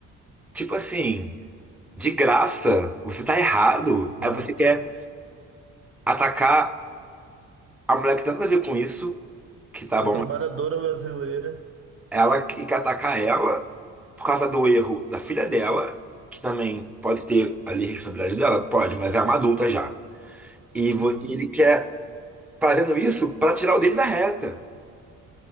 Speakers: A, in the centre; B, on the right.
A: Tipo assim, de graça, você tá errado.
B: De graça.
A: Aí você quer atacar A mulher que tem nada a ver com isso, que tá
B: A
A: bom,
B: trabalhadora brasileira.
A: ela que que atacar ela por causa do erro da filha dela, que também pode ter ali responsabilidade dela, pode, mas é uma adulta já. E
B: Uhum.
A: vo- e ele quer fazendo isso pra tirar o dele da reta,